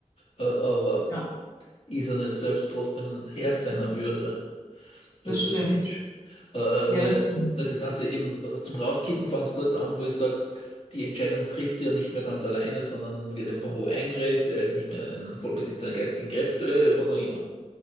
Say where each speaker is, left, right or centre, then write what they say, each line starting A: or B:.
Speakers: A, on the left; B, on the left.
A: äh, aber
B: Ja.
A: ist er nicht selbst trotzdem Herr seiner Würde
B: Das
A: als,
B: stimmt.
A: als Mensch? Äh, nur,
B: Ja, das stimmt.
A: nur das Ganze eben zum Rauskippen fangst dort an, wo ich sage, die Entscheidung trifft er nicht mehr ganz alleine, sondern wird ihm von wo eingeredet, er ist nicht mehr ein Vollbesitzer der geistigen Kräfte, was auch immer.